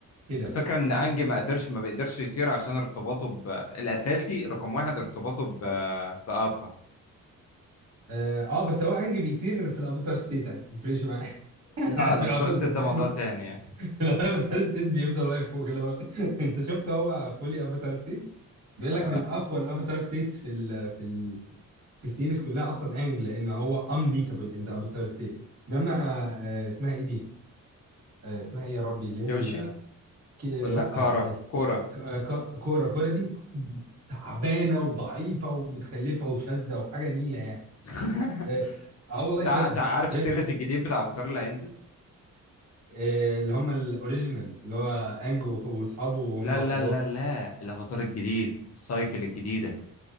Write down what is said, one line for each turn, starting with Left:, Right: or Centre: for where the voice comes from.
Right: كده
Left: الفكره ان انج ما قدرش ما بيقدرش يطير عشان ارتباطه ب... الاساسي رقم واحد ارتباطه ب... بابا
Right: اه آه، بس هو انج بيطير في الافاتار ستيت عادي ما يفرقش معايا <laughs>
Left: لا لا
Right: في الافاتار
Left: فطار الست ده
Right: <laughs>
Left: موضوع تاني يعني
Right: في الافاتار ستيت بيفضل واقف فوق اللي هو <laughs> انت شفت هو فولي افاتار ستيت بيقول
Left: آه.
Right: لك من اقوى الافاتار ستيتس في ال في ال في السيريز كلها اصلا انج لان هو انبيتابل ان ذا افاتار ستيت انما آه، اسمها ايه دي؟ آه، اسمها ايه يا ربي اللي هي
Left: كيوشي
Right: ال- كي-
Left: ولا
Right: لا
Left: كارا
Right: آه،
Left: كورا
Right: ك- ك- كوره كوره دي تعبانه وضعيفه ومتخلفه وشاذه وحاجه نيله يعني
Left: <laughs>
Right: اه آه والله
Left: تع...
Right: شاذه
Left: تع... عارف
Right: يعني
Left: السيريس الجديد بتاع افاتار اللي هينزل
Right: آه، اللي هم الاوريجينالز اللي هو انج و- واصحابه وهم
Left: لا لا
Right: كبار
Left: لا لا الافاتار الجديد السايكل الجديده